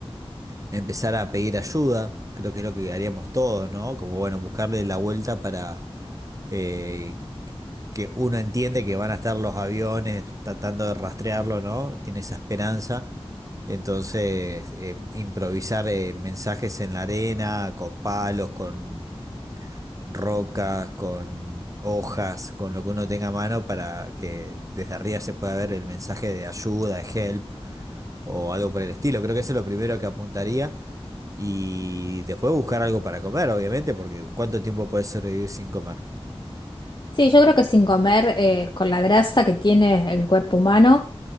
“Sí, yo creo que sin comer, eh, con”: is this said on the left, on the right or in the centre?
Left